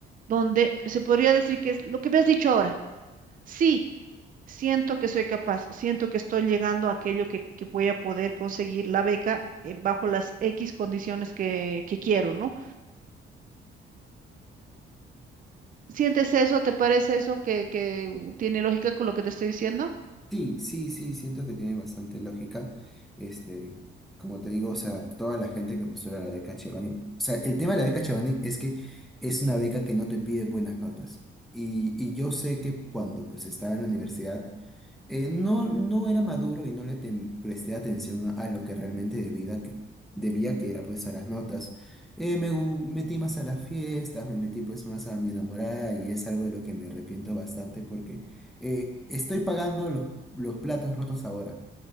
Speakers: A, on the right (about 45°); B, in the centre.
A: donde se podría decir que es lo que me has dicho ahora. Sí, siento que soy capaz, siento que estoy llegando a aquello que, que voy a poder conseguir la beca eh, bajo las X condiciones que, que quiero, ¿no? ¿Sientes eso? ¿Te parece eso que, que tiene lógica con lo que te estoy diciendo?
B: Sí, sí, sí, siento que tiene bastante lógica. Este, como te digo, o sea, toda la gente que postula la beca Chevening, o sea, el tema de la beca Chevening es que es una beca que no te pide buenas notas. Y, y yo sé que cuando pues estaba en la universidad eh, no, no era maduro y no le tem- presté atención a, a lo que realmente debía que, debía, que era pues a las notas. Eh, me gu- metí más a las fiestas, me metí pues más a mi enamorada y es algo de lo que me arrepiento bastante porque eh, estoy pagando los, los platos rotos ahora.